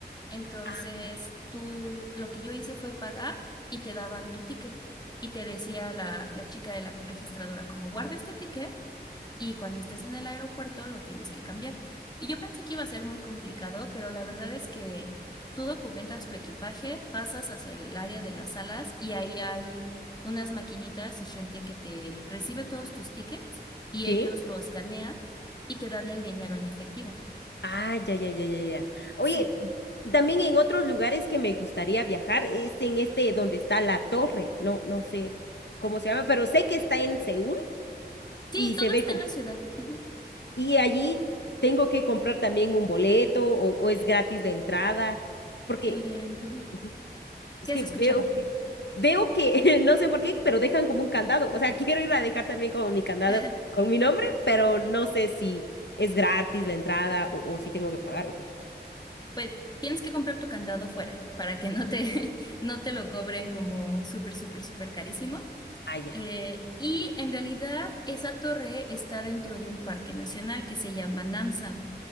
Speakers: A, on the left; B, on the left.
A: Entonces,
B: Ah.
A: tú, lo que yo hice fue pagar y te daban tu ticket. Y te decía la, la chica de la registradora, como guarda este ticket y cuando estés en el aeropuerto lo tienes que cambiar. Y yo pensé que iba a ser muy complicado, pero la verdad es que tú documentas tu equipaje, pasas hacia el área de las salas y ahí hay unas maquinitas y gente que te recibe todos tus tickets y
B: ¿Sí?
A: ellos lo escanean y te dan el dinero en efectivo.
B: Ah, ya, ya, ya, ya, ya. Oye,
A: Sí,
B: también en otros lugares que me gustaría viajar es en este donde está la torre. No, no sé cómo se llama, pero sé que está en Seúl
A: sí,
B: y
A: todo
B: se ve
A: está
B: como.
A: en la ciudad. Ujú.
B: Y allí tengo que comprar también un boleto o, o es gratis la entrada, porque
A: Eh, ujú.
B: ujú, es
A: ¿qué
B: que
A: has escuchado?
B: veo que veo que <laughs> no sé por qué, pero dejan como un candado. O sea, <laughs> quiero ir a dejar también como mi candado
A: Ajá.
B: con mi nombre, pero no sé si es gratis la entrada o, o si tengo que pagar o cómo.
A: Pues tienes que comprar tu candado fuera para que no te, <laughs> no te lo cobren como súper, súper, súper carísimo.
B: Ah, ya.
A: Eh, y en realidad esa torre está dentro de un parque nacional que se llama Namsan.